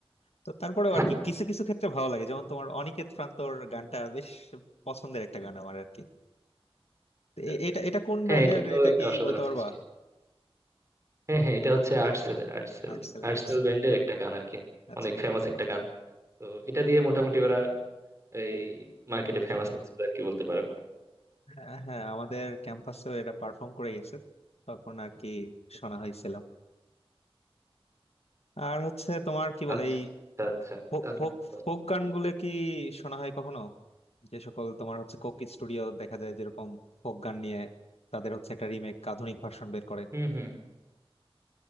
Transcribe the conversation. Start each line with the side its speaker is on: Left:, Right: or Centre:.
Left: তো তারপরেও
Right: <laughs>
Left: আর কি কিছু কিছু ক্ষেত্রে ভালো লাগে যেমন তোমার অনিকেত প্রান্তর গানটা বেশ পছন্দের একটা গান আমার আর কি তো এ-
Right: আচ্ছা।
Left: এটা এটা কোন
Right: হ্যাঁ
Left: ব্র্যান্ডের
Right: এটা তো
Left: এটা
Right: একটা
Left: কি
Right: অসাধারণ
Left: বলতে পারবা
Right: সৃষ্টি হ্যাঁ হ্যাঁ এটা হচ্ছে আর্টসেল এর আর্টসেল
Left: আর্টসেল
Right: আর্টসেল
Left: আর্টসেল
Right: ব্যান্ডের একটা গান আর কি
Left: আচ্ছা
Right: অনেক ফেমাস একটা গান তো এটা দিয়ে মোটামুটি ওরা এই মার্কেটে ফেমাস হয়েছিল আর কি বলতে পারো
Left: হ্যাঁ হ্যাঁ আমাদের ক্যাম্পাসেও এটা পারফর্ম করে গেছে তখন আর কি শোনা হয়েছিল আর হচ্ছে তোমার কি বলে
Right: আচ্ছা
Left: এই
Right: আচ্ছা
Left: ফোক
Right: তা
Left: ফোক
Right: দেখতে পারো।
Left: ফোক গানগুলো কি শোনা হয় কখনো যে সকল তোমার হচ্ছে কোক স্টুডিও দেখা যায় যেরকম ফোক গান নিয়ে তাদের হচ্ছে একটা রিমেক আধুনিক ভার্সন বের করে
Right: হুম হুম